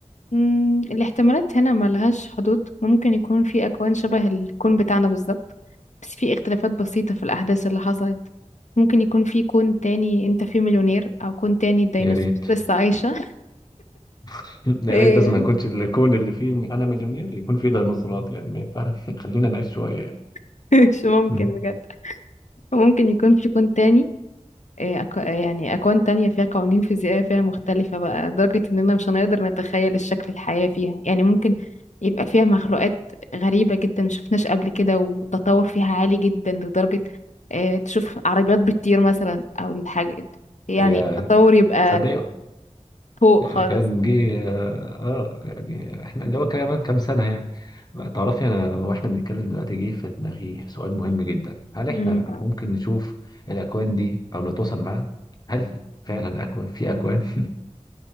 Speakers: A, on the left; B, on the left.
A: مم، الاحتمالات هنا ملهاش حدود ممكن يكون في أكوان شبه الكون بتاعنا بالظبط بس في اختلافات بسيطة في الأحداث اللي حصلت ممكن يكون في كون تاني انت فيه مليونير او كون تاني الديناصورات
B: يا ريت
A: لسه عايشة
B: <laughs> يا
A: <laughs> ايه
B: ريت بس ما يكونش الكون اللي فيه انا مليونير يكون فيه ديناصورات يعني ما ينفعش <laughs> خلينا نعيش شويه يعني
A: <laughs> مش ممكن
B: مم.
A: بجد ممكن يكون في كون تاني آه، أك... آه، يعني أكوان تانية فيها قوانين فيزيائية فيها مختلفة بقى لدرجة إننا مش هنقدر نتخيل الشكل الحياة فيها يعني ممكن يبقى فيها مخلوقات غريبة جدا مشفناش قبل كده والتطور فيها عالي جدا لدرجة آه، تشوف عربيات بتطير مثلا أو الحاجة يعني
B: يا
A: التطور يبقى
B: تصدق
A: فوق
B: آه،
A: خالص
B: كان جه اه آه، يعني احنا اللي هو كمان كام سنة يعني بقى تعرفي انا واحنا بنتكلم دلوقتي جه في دماغي سؤال مهم جدا هل
A: مم.
B: احنا ممكن نشوف الاكوان دي او نتواصل معاها هل فعلا اكوان في اكوان <laughs>